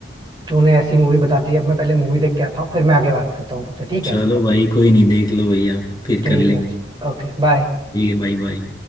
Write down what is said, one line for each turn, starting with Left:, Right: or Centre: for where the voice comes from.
Right: तूने ऐसी मूवी बता दी अब मैं पहले मूवी देख के आता हूँ फिर मैं आगे बात करता हूँ तुझसे ठीक
Left: चलो
Right: है
Left: भाई कोई नहीं देख लो भैया फिर
Right: ठीक
Left: कर लेंगे
Right: है ओके बाय
Left: ठीक है भाई भाई